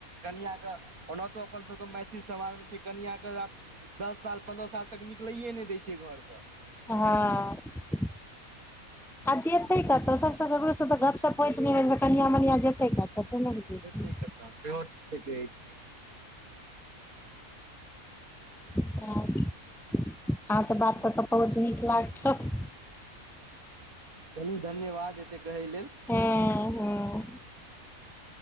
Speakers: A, on the right; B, in the centre.
A: कनिया के ओनाहितो अपन सबके मैथिल समाजल में छै, कनियां के दस साल पन्द्रह साल तक निकलैे नहि दै छै घरसँ।
B: हँऽ। आ जेते कतऽ सबसे ककरो सब तऽ गप- सप हो नै रहै छै, तऽ कनिया- मनिया जेते कतऽ। बुझै
A: जेतै
B: छियै
A: कतऽ सेहो ठीके कहै छियै।
B: अच्छा, आहां से बात कर कऽ बहुत नीक लागल।
A: चलू धन्यवाद एतै कहै लेल।
B: हँ हँ